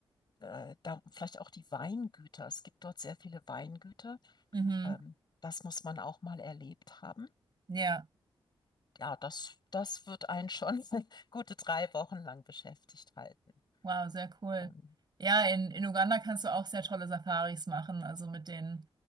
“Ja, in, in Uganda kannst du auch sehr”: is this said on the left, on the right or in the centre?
Right